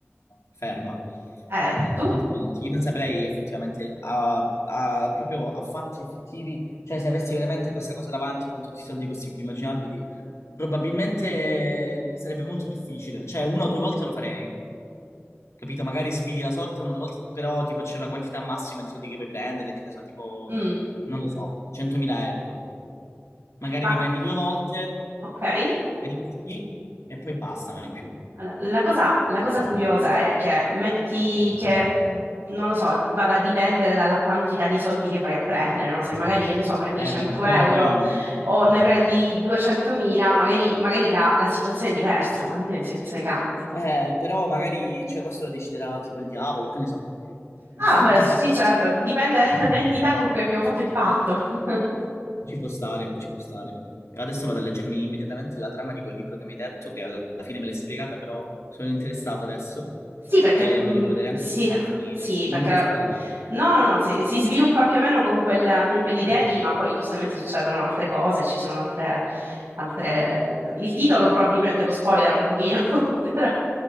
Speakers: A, on the left; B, on the right.
A: ferma.
B: Eh, tu?
A: Complimenti. Io non saprei effettivamente, a, a- proprio a fatti effettivi, cioè se avessi veramente questa cosa davanti con tutti i soldi possibili e immaginabili, probabilmente sarebbe molto difficile. Cioè una o due volte lo farei, capito? Magari sfidi la sorte una o due volte, però tipo c'è una quantità massima di soldi che puoi prendere, che ne so, tipo,
B: Mm,
A: non lo so, 100.000 euro. Magari
B: ma
A: li prendi due volte,
B: ok.
A: rischi e poi basta, non è più.
B: Allora, la cosa, la cosa curiosa è che metti che, non lo so, vada a dipendere dalla quantità di soldi che vai a prendere, no? Se magari, che ne so, prendi
A: Eh,
B: 100
A: vabbè, quello
B: euro
A: poi...
B: o ne prendi 200.000, magari, magari la, la situazione è diversa, magari la situazione cambia.
A: Eh, però magari, cioè, questo lo deciderà tipo il diavolo, che ne so.
B: Ah,
A: <laughs>
B: beh, sì, certo, dipende <laughs> dall'entità con cui abbiamo fatto il patto. <laughs>
A: Ci può stare, ci può stare. Adesso vado a leggermi immediatamente la trama di quel libro che mi hai detto, che alla fine me l'hai spiegata, però sono interessato adesso
B: Sì, perché
A: e
B: mh,
A: voglio vedere anche
B: sì,
A: come va a finire.
B: sì, perché
A: Non me
B: la-
A: lo spoilerare.
B: no, no, no, si, si sviluppa più o meno con quella- con quell'idea lì, ma poi giustamente succedono altre cose, ci sono altre, altre... Il titolo probabilmente lo spoilera un pochino, <laughs> però,